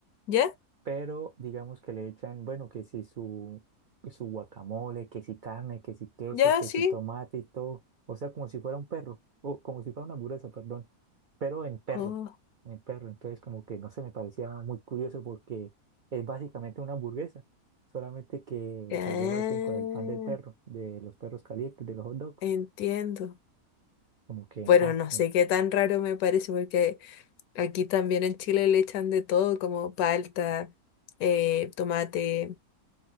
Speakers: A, on the left; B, on the right.
A: ¿Ya?
B: pero digamos que le echan, bueno, que si su, su guacamole, que si carne, que si queso,
A: ¿Ya?
B: que
A: ¿Sí?
B: si tomate y todo, o sea, como si fuera un perro, o como si fuera una hamburguesa, perdón, pero en perro,
A: Oh,
B: en perro, entonces como que no se me parecía muy curioso porque es básicamente una hamburguesa, solamente que
A: ah,
B: allá lo hacen con el pan del perro, de los perros calientes, de los hot dogs,
A: entiendo.
B: como que,
A: Bueno,
B: ajá,
A: no sé qué tan raro me parece porque... Aquí también en Chile le echan de todo, como palta, eh, tomate,